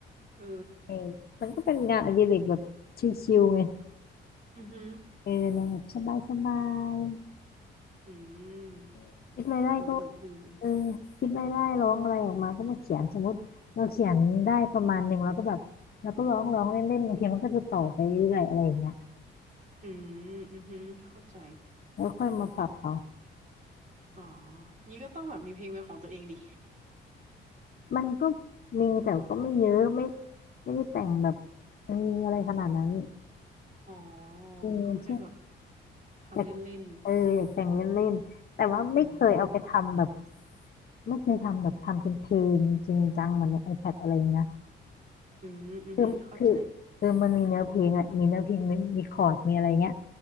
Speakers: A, on the right; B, on the left.
A: เออ
B: เออมันก็เป็นงานอดิเรกแบบชิลๆไง
A: อือหือ
B: เออแนวแบบสบาย
A: อืม
B: ๆคิดอะไรได้ก็
A: เออเออดีดี
B: เออคิดได้ได้ร้องอะไรออกมาก็มาเขียนสมมติเราเขียนได้ประมาณหนึ่งแล้วก็แบบเราก็ร้องร้องเล่นเล่นบางทีมันก็จะต่อไปเรื่อยอะไรอย่างเงี้ย
A: อืมอือหือเข้าใจ
B: แล้วค่อยมาปรับเอา
A: อ๋องี้ก็ต้องแบบมีเพลงเป็นของตัวเองดิ
B: มันก็มีแต่ก็ไม่เยอะไม่ไม่ได้แต่งแบบเอออะไรขนาดนั้น
A: อ๋อ
B: เออใช่
A: ก็แค่แบบทำเล่น
B: อยากเอออยากแต่งเล่นเล่นแต่ว่าไม่เคยเอาไปทำแบบ
A: ๆ อืม
B: ไม่เคยทำแบบทำเป็นเพลงจริงจังเหมือนใน iPad อะไรอย่างเงี้ยนะ
A: อืมอือหือเข้าใจ
B: คือคือเออมันมีเนื้อเพลงแหละมีเนื้อเพลงมีมีคอร์ดมีอะไรเงี้ย